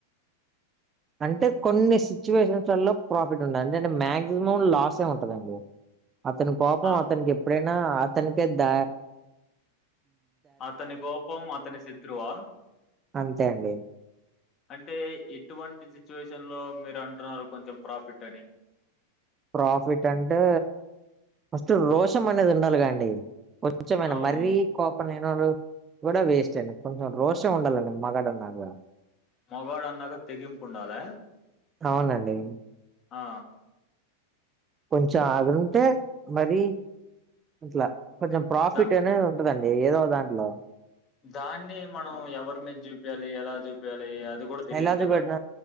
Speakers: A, on the right; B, on the left.
A: అంటే కొన్ని సిచ్యువేషన్స్లలో ప్రాఫిట్ ఉంట దండి అంటే అంటే మ్యాక్సిమం లాసే ఉంటందండి అతని కోపం
B: ఆ
A: అతనికి ఎప్పుడైనా అతనికే ద
B: అతని కోపం అతని శత్రువా
A: అంతే అండి.
B: అంటే ఎటువంటి సిచ్యువేషన్ లో మీరు అంటున్నారు కొంచెం ప్రాఫిట్ అని
A: ప్రాఫిట్ అంటే ఫస్ట్ రోషం అనేది ఉండాలి కదండి కొంచెంనేనా
B: అవును
A: మరీ కోపం లేనోడు కూడా వేస్ట్ అండి కొంచెం రోషం ఉండాలండి మగాఢన్నాక
B: మగాడన్నాక తెగింపు ఉండాలి
A: అవునండి.
B: ఆ
A: కొంచెం ఆగుంటే మరి అట్లా కొంచెం ప్రాఫిట్
B: ద
A: అనే ఉంటదండి ఏదో దాంట్లో
B: దాన్ని మనం ఎవరి మీద చూపియాలి ఎలా చూపియాలి అది గూడా తెలీదు
A: అయిలేజుకి
B: గదా!
A: కొట్టిన